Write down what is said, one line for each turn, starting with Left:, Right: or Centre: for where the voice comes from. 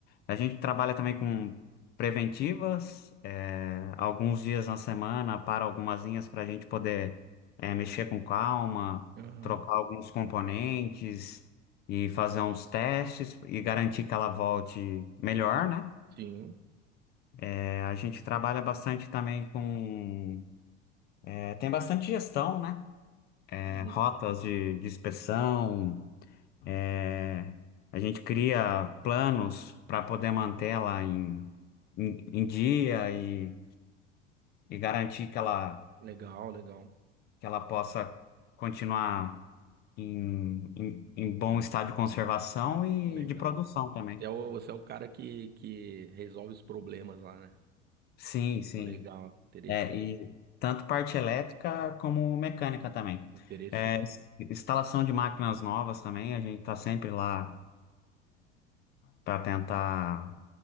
Left: A gente trabalha também com preventivas, é, alguns dias na semana para algumas linhas para a gente poder é, mexer com calma,
Right: aham,
Left: trocar alguns componentes e fazer uns testes e garantir que ela volte melhor, né?
Right: sim,
Left: É, a gente trabalha bastante também com. é, tem bastante gestão, né? É,
Right: uhum.
Left: rotas de, de inspeção, é, a gente cria planos para poder manter ela em, em em dia e. e garantir que ela,
Right: Legal, legal,
Left: que ela possa continuar em, em, em bom estado de conservação e
Right: legal.
Left: de produção também.
Right: Você é o, você é o cara que, que resolve os problemas lá, né?
Left: Sim, sim.
Right: Legal, interessante,
Left: É, e tanto parte elétrica como mecânica também.
Right: interessante.
Left: É, instalação de máquinas novas também, a gente está sempre lá para tentar